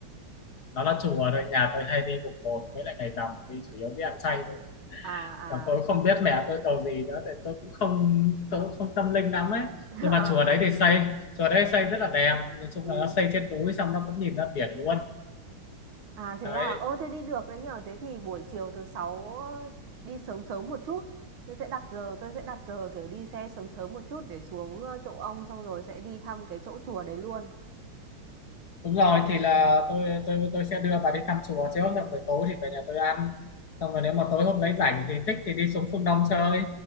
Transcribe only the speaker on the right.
à
à
<laughs>
ờ
ờ
ừ
à thế
à ô thế đi được đấy nhở thế thì buổi chiều thứ sáu đi sớm sớm một chút tôi sẽ đặt giờ tôi sẽ đặt giờ kiểu đi xe sớm sớm một chút để xuống ờ, chỗ ông xong rồi sẽ đi thăm cái chỗ chùa đấy luôn